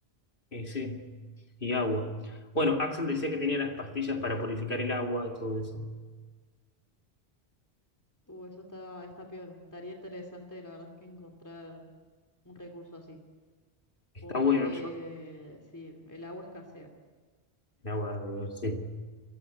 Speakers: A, on the left; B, on the left.
A: Eh, sí, y agua. Bueno, Axel decía que tenía las pastillas para purificar el agua y todo eso.
B: Uh, eso está, está piola. Estaría interesante, la verdad es que encontrar un recurso así.
A: Está
B: Porque,
A: bueno, yo.
B: sí, el agua escasea.
A: El agua, sí.